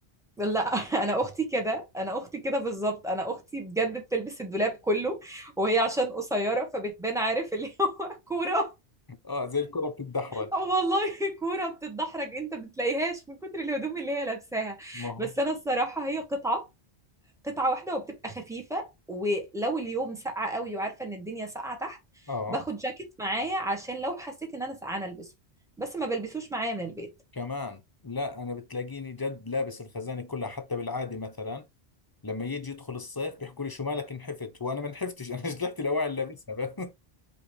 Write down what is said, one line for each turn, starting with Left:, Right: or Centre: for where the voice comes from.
Centre: لا <laughs> أنا أختي كده أنا أختي كده بالظبط أنا أختي بجد بتلبس الدولاب كله وهي عشان قصيرة فبتبان عارف اللي هو <laughs> كورة
Left: آه زي الكرة بتتدحرج
Centre: والله كورة بتتدحرج أنت بتلاقيهاش من كتر الهدوم اللي هي لابساها
Left: ما هو
Centre: بس أنا الصراحة هي قطعة قطعة واحدة وبتبقى خفيفة ولو اليوم ساقعة قوي وعارفة إن الدنيا ساقعة تحت
Left: آه
Centre: باخد جاكيت معايا عشان لو حسيت إن أنا سقعانة ألبسه بس ما بلبسوش معايا من البيت
Left: كمان لا انا بتلاقيني جد لابس الخزانه كلها حتى بالعاده مثلا لما يجي يدخل الصيف بيحكوا لي شو مالك انحفت وانا ما انحفتش انا <laughs> جلعت الاواعي اللي لابسها بس